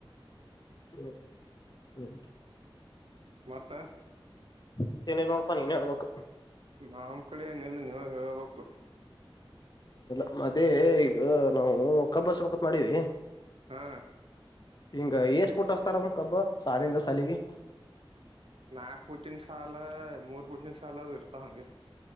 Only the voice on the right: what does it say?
ಮತ್ತ
ನಮ್ ಕಡೆ ಏನ ಇಲ್ಲ ನೀವು ಹೇಳ್ಬೇಕು.
ಹಾ
ನಾಕ್ ಪುಟಿನ ಸಾಲ ಮೂರ ಪುಟಿನ್ ಸಾಲ ಅದು ಇರ್ತವ ಹಂಗೆ.